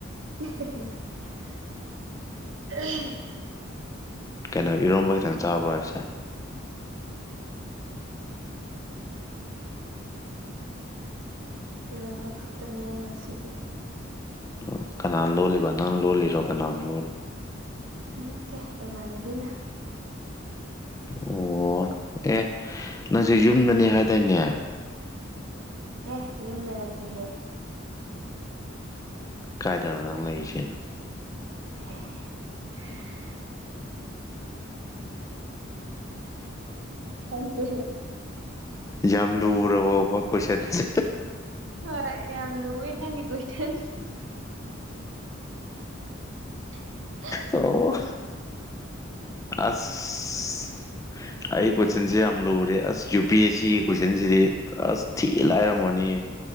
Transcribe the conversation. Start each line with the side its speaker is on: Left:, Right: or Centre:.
Right: <unintelligible>
Left: ꯀꯩꯅꯣ ꯏꯔꯣꯝꯕ ꯈꯤꯇꯪ ꯆꯥꯕꯔꯣ ꯍꯥꯏꯁꯦ꯫
Right: ꯍꯤꯔꯣꯟꯕ ꯈꯛꯇꯅꯦ ꯉꯁꯤꯗꯤ꯫
Left: ꯑꯣ ꯀꯅꯥꯅ ꯂꯣꯜꯂꯤꯕ ꯅꯪ ꯂꯣꯜꯂꯤꯔꯣ ꯀꯅꯥꯅꯣ꯫
Right: ꯅꯠꯇꯦ ꯏꯃꯥꯟꯅꯕꯤꯅ꯫
Left: ꯑꯣ ꯑꯦ ꯅꯪꯖꯦ ꯌꯨꯝꯗꯅꯦ ꯍꯥꯏꯗꯥꯏꯅꯦ꯫
Right: ꯑꯦ ꯌꯨꯝꯗ ꯅꯠꯇꯦꯍꯦ꯫
Left: ꯀꯥꯏꯗꯅꯣ ꯅꯪ ꯂꯩꯔꯤꯁꯤꯅ꯫
Right: <inaudible> ꯈꯪꯗꯦ
Left: ꯌꯥꯝ ꯂꯨꯔꯕꯔꯕꯣꯕ ꯀꯣꯏꯁꯁꯦ
Right: ꯍꯣꯏ ꯌꯥꯝ ꯂꯨꯋꯦ ꯅꯪꯒꯤ ꯀꯣꯏꯁꯟꯗꯣ <inaudible>
Left: ꯑꯣ ꯑꯁ ꯑꯩ ꯀꯣꯢꯁꯟꯁꯦ ꯌꯥꯝ ꯂꯔꯦ ꯑꯁ ꯋꯨ ꯄꯤ ꯑꯦꯁ ꯁꯤ ꯀꯨꯣꯏꯁꯟꯁꯤꯗꯤ ꯑꯁ ꯊꯤ ꯂꯥꯏꯔꯝꯃꯅꯤꯍꯦ